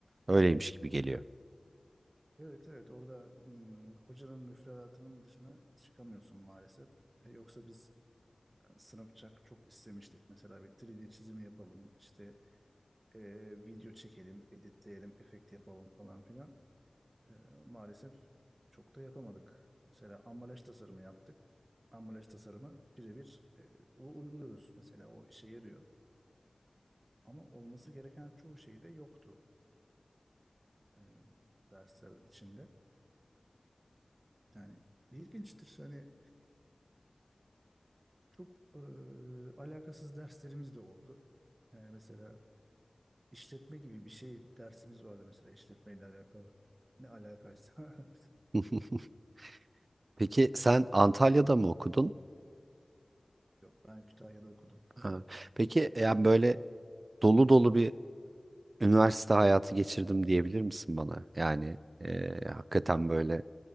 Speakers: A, on the right; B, on the right.
A: Öyleymiş gibi geliyor.
B: Evet evet orada hmm, hocanın müfredatının dışına çıkamıyorsun maalesef. E, Yoksa biz e, sınıfça çok istemiştik mesela bir 3D çizimi yapalım işte e, video çekelim, editleyelim, efekt yapalım falan filan. E, maalesef çok da yapamadık. Mesela ambalaj tasarımı yaptık. Ambalaj tasarımı birebir e, u- uyguluyoruz. Mesela o işe yarıyor. Ama olması gereken çoğu şey de yoktu e, dersler içinde. Yani ilginçtir. Hani çok e, alakasız derslerimiz de oldu. Yani mesela işletme gibi bir şey dersimiz vardı mesela işletmeyle alakalı. Ne alakaysa. <laughs>
A: <laughs> Peki sen Antalya'da mı okudun?
B: Yok ben Kütahya'da okudum.
A: Ha. Peki yani böyle dolu dolu bir üniversite hayatı geçirdim diyebilir misin bana? Yani e, hakikaten böyle